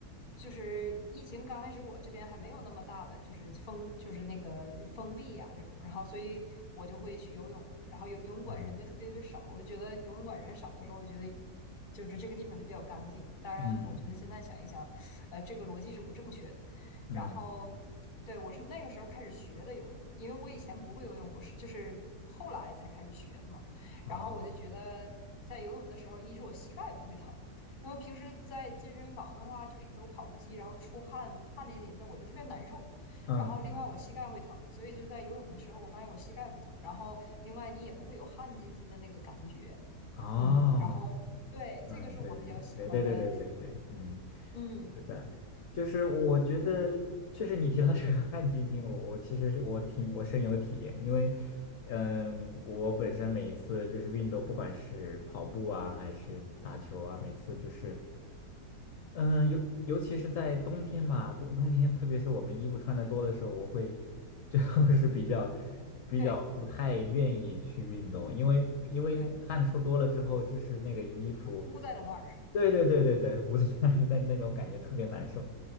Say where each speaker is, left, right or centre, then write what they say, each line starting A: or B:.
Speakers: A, on the left (about 35°); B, on the left (about 65°).
A: 就是疫情刚开始，我这边还没有那么大的就是封，就是那个封闭呀、这种，然后所以我就会去游泳，然后游游泳馆人就特别特别少。
B: 嗯
A: 我就觉得游泳馆人少的时候，我觉得。就是这个地方就比较干净，当然，
B: 嗯嗯嗯
A: 我觉得现在想一想，呃，这个逻辑是不正确的。
B: 嗯，
A: 然后，对我是那个时候开始学的游泳，因为我以前不会游泳，我是就是后来才开始学的嘛。
B: 哦，
A: 然后我就觉得在游泳的时候，一是我膝盖不会疼，因为平时在健身房的话，就是走跑步机，然后出汗汗淋淋的，我就特别难受。
B: 嗯嗯
A: 然后另外我膝盖会疼，所以就在游泳的时候，我发现我膝盖不疼。然后另外你也不会有汗津津的那个感觉，
B: 哦，
A: 嗯。然后对，这个是我比较喜欢的，
B: 嗯，对对对对对对对对对，嗯，
A: 嗯，
B: 是的，就是我觉得确实你提到这个汗津津，
A: 对
B: 我我其实是我挺我深有体验，因为，嗯，我本身每一次就是运动，不管是跑步啊还是打球啊，每次就是。嗯，尤尤其是在冬天吧，冬冬天，特别是我们衣服穿的多的时候，我会就 <laughs> 是比较比较不太愿意去运动，
A: 对
B: 因为因为汗出多了之后，
A: 对，
B: 就是那个衣服，
A: 都箍在了那儿。
B: 对对对对对，捂着但是那那种感觉特别难受。